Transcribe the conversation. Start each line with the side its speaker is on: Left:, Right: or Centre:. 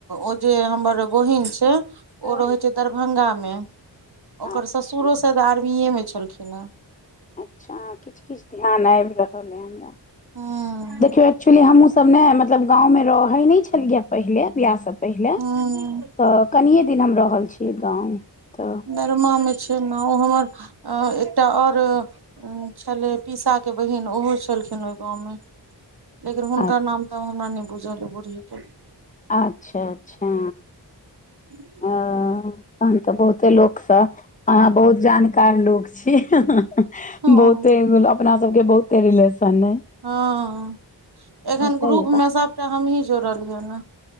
Right: ओ जे हमर बहिन छै ओ
Left: हँ
Right: रहय छै दरभंगा मे ओकर
Left: अच्छा
Right: ससुरो शायद आर्मीए मे छलखिन हे
Left: अच्छा किछ किछ ध्यान आबि रहल ह हमरा
Right: हूँ
Left: देखियौ एक्चुअली हमहुँ सब तब ने मतलब गाँवमे रहै नहि छलियै पहिले बियाहसँ पहिले
Right: हूँ
Left: तऽ कनिये दिन हम रहल छियै गाँव तऽ
Right: दरिमा मे छै ने ओ हमर एकटा आओर उ छलै पीसा के बहिन ओहो छलखिन ओहि गाँंव मे लेकिन हुनकर
Left: आ
Right: नाम तऽ हमरा नहि बुझलयै बुड़ही के
Left: अच्छा अच्छा
Right: <unintelligible>
Left: अ तहन तऽ बहुते लोक सब अहाँ बहुत जानकार लोक छी बहुते
Right: हँ
Left: अपना सब के बहुते रिलेशन अए
Right: हँ एखन
Left: सही
Right: ग्रुप
Left: बात
Right: मे सभटा हमही जोड़लियै ने